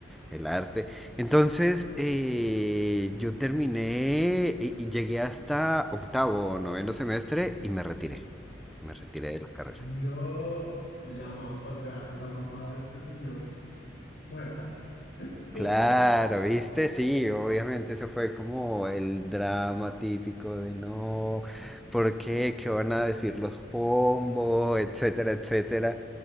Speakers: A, in the centre; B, on the left (about 85°).
A: el arte. Entonces eh, yo terminé y y llegué hasta octavo o noveno semestre y me retiré, me retiré de la carrera.
B: No, la mam, o sea, la mamá de este señor muerta. <laughs>
A: Claro, ¿viste? Sí, obviamente eso fue como el drama típico de no, ¿por qué? ¿Qué van a decir los pombos? Etcétera, etcétera.